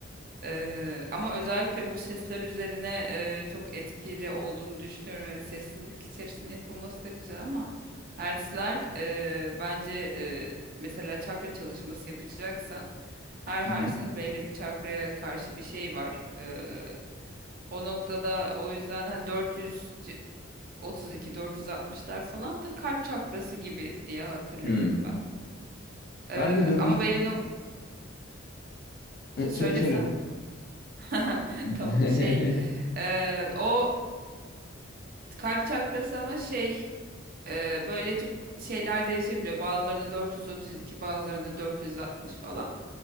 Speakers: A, on the right; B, on the left.
A: Eee, ama özellikle bu sesler üzerine eee, çok etkili olduğunu düşünüyorum. Evet, sessizlik içerisinde yapılması da güzel ama hertzler eee, bence e, mesela çakra çalışması yapacaksan her
B: Hı
A: harfin
B: hı.
A: belli bir çakraya karşı bir şey var. Ee, o noktada o yüzden hani 432 460'lar falan da kalp çakrası gibi diye hatırlıyorum
B: Hı.
A: ben. Ee,
B: Ben de 400
A: ama belli nok
B: Hı,
A: söylesen
B: söyle söyle.
A: <laughs>
B: <laughs> Hı
A: tamam şey ee, o kalp çakrası ama şey ee, böyle çok şeyler değişebiliyor. Bazılarında 432, bazılarında 460 falan.